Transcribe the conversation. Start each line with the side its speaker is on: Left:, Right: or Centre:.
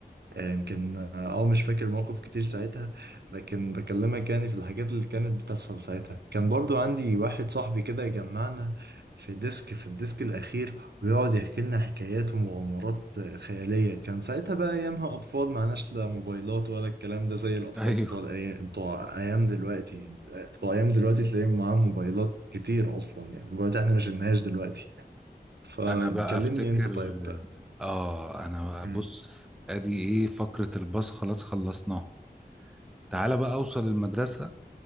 Right: آه، يمكن اه آه، مش فاكر موقف كتير ساعتها لكن بكلمك يعني في الحاجات اللي كانت بتحصل ساعتها كان برضو عندي واحد صاحبي كده يجمعنا في ديسك في الديسك الأخير ويقعد يحكي لنا حكايات ومغامرات آه، خيالية كان ساعتها بقى أيامها أطفال معناش لا موبايلات ولا الكلام ده زي الأطفال
Centre: ايوه
Right: بتوع الأيام
Centre: <laughs>
Right: بتوع أيام دلوقتي آه، بتوع أيام دلوقتي تلاقيهم معاهم موبايلات كتير أصلا يعني موبايلات إحنا ما شلناهاش دلوقتي فكلمني
Centre: انا بقى افتكر
Right: أنت طيب بقى
Centre: اه انا بقى
Right: مم.
Centre: بص ادي ايه فقرة الباص خلاص خلصناها تعالى بقى اوصل المدرسة